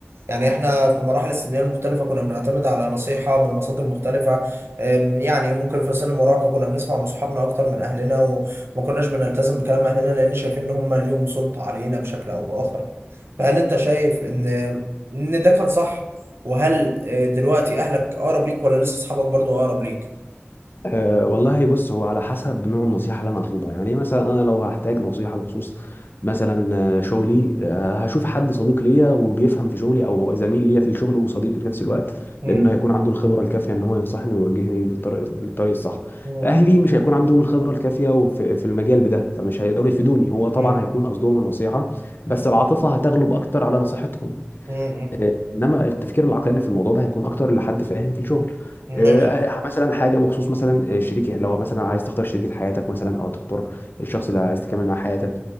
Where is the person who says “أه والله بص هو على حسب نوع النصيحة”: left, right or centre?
Left